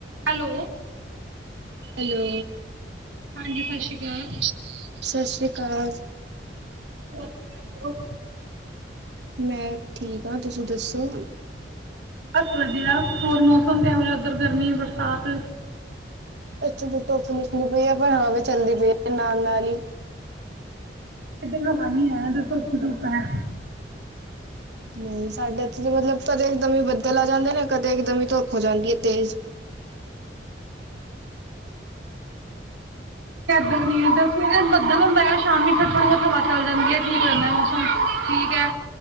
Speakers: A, on the right; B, on the right.
A: Hello,
B: hello
A: ਹਾਂਜੀ ਸਤਿ ਸ਼੍ਰੀ
B: ਸਤਿ
A: ਅਕਾਲ।
B: ਸ੍ਰੀ ਅਕਾਲ,
A: ਹੋਰ ਕੀ ਕਰਦੇ ਹੋ?
B: ਮੈਂ ਠੀਕ ਹਾਂ, ਤੁਸੀਂ ਦੱਸੋ?
A: ਬਸ ਵਧੀਆ ਹੋਰ ਮੌਸਮ ਕਿਹੋ ਜਿਹਾ ਉਧਰ ਗਰਮੀ ਬਰਸਾਤ
B: ਵਿੱਚ ਦੀ ਧੁੱਪ ਨਿਕਲੀ ਪਈ ਹੈ ਪਰ ਹਵਾ ਵੀ ਚੱਲਦੀ ਪਈ ਹੈ ਨਾਲ-ਨਾਲ ਹੀ,
A: ਇਧਰ ਹਵਾ ਨਹੀਂ ਹੈ ਤੇ ਧੁੱਪ ਹੀ ਧੁੱਪ ਹੈ।
B: ਨਹੀਂ ਸਾਡੇ ਇਥੇ ਤਾਂ ਮਤਲਬ ਕਦੇ ਇਕਦਮ ਬੱਦਲ ਆ ਜਾਂਦੇ ਨੇ ਕਦੇ ਇਕਦਮੀ ਧੁੱਪ ਹੋ ਜਾਂਦੀ ਹੈ ਤੇਜ਼
A: ਇੱਧਰ ਨੀ ਇਧਰ ਤੇ ਨਾ ਬੱਦਲ ਹੁੰਦਾ ਆ ਸ਼ਾਮੀ ਥੋੜੀ ਬਹੁਤ ਹਵਾ ਚੱਲ ਜਾਂਦੀ ਹੈ, ਠੀਕ ਹੋ ਜਾਂਦਾ ਮੌਸਮ ਠੀਕ ਹੈ।